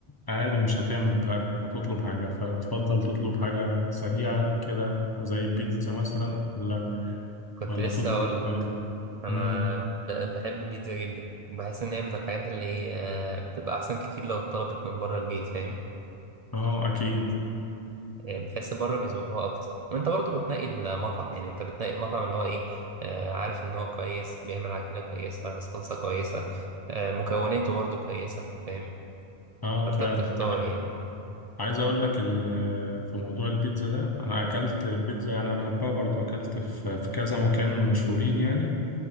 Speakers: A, on the left; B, on the right.
A: قاعد ومش هتعمل بقى أكل، هتطلب حاجة فتفضل تطلب حاجة سريعة كده زي البيتزا مثلا ولا
B: كنت
A: ولا
B: لسه
A: تطلب
B: اقول لك انا
A: مم.
B: ب- بحب البيتزا جدا وبحس ان هي من الحاجات اللي إيه، آه، بتبقى احسن كتير لو اتطلبت من بره البيت فاهم
A: اه اكيد
B: يعني بتحس بره بيظبطوها اكتر وانت برضه بتنقي المطعم يعني انت بتنقي المطعم اللي هو ايه آه عارف ان هو كويس بيعمل عجينه كويسه صلصه كويسه آه مكوناته برضه كويسه فاهم
A: اه
B: فانت
A: فعلا
B: بتختار يعني
A: عايز اقول لك ال- في موضوع البيتزا ده انا اكلت بيتزا انا بحبها برضو اكلت في في كذا مكان مشهورين يعني